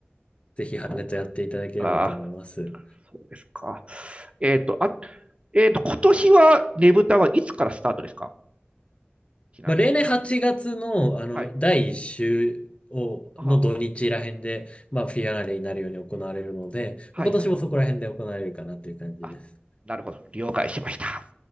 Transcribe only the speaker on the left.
ぜひ羽とやっていただければと思います。
まあ、例年8月の、あの、
第1週を、
の土日ら辺で、まあ、フィアナーレになるように行われるので、
今年もそこら辺で行われるかなという感じです。